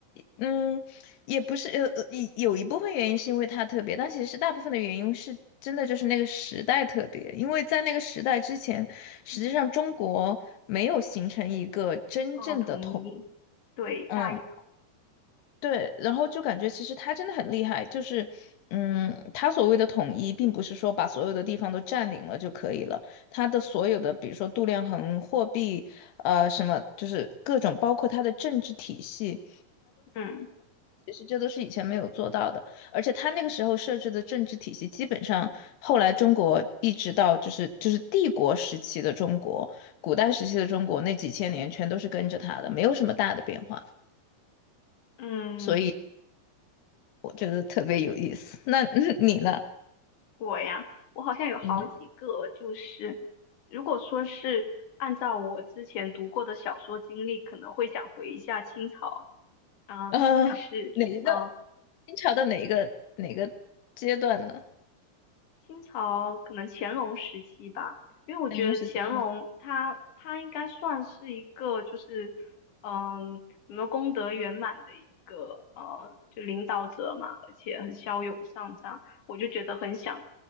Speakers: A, on the left (about 85°); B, on the left (about 55°).
A: 嗯，也不是呃呃，一有一部分原因是因为他特别，但其实大部分的原因是真的就是那个时代特别，因为在那个时代之前，实际上中国没有形成一个真正的统，
B: 嗯，哦，统一，对，
A: 嗯，
B: 大一，
A: 对，然后就感觉其实他真的很厉害，就是嗯，他所谓的统一，并不是说把所有的地方都占领了就可以了，他的所有的比如说度量衡、货币，呃，什么就是各种，包括他的政治体系。
B: 嗯
A: 其实这都是以前没有做到的，而且他那个时候设置的政治体系，基本上后来中国一直到就是就是帝国时期的中国，古代时期的中国那几千年全都是跟着他的，没有什么大的变化，
B: 嗯。
A: 所以我觉得特别有意思。那 <laughs> 你呢？
B: 我呀，我好像有好几个，
A: 嗯，
B: 就是如果说是按照我之前读过的小说经历，可能会想回一下清朝啊，
A: 呃，
B: 但是啊，
A: 哪一个清朝的哪一个哪个阶段呢？
B: 清朝可能乾隆时期吧，因为我觉得乾隆他他应该算是一个就是嗯，
A: 三人时期，嗯
B: 什么功德圆满的一个呃，就领导者嘛，而且很骁勇善战，我就觉得很想